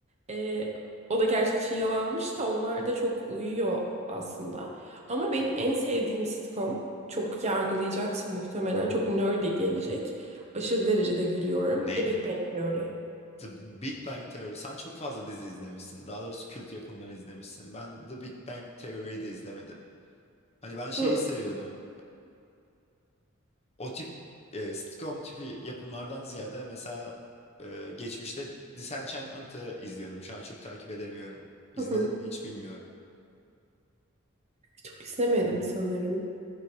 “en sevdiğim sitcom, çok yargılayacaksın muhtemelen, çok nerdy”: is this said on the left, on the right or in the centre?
Right